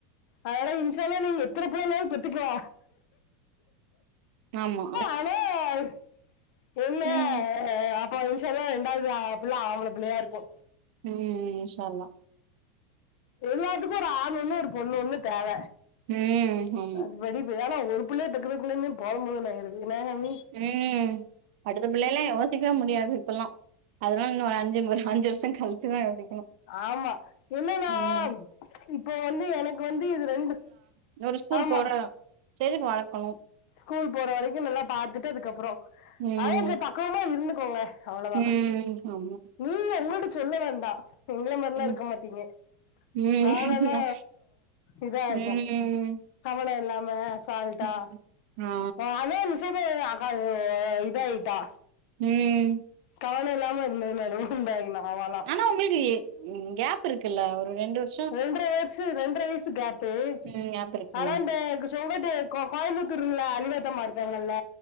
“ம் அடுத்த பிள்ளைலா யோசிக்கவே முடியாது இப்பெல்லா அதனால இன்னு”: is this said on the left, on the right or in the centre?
Right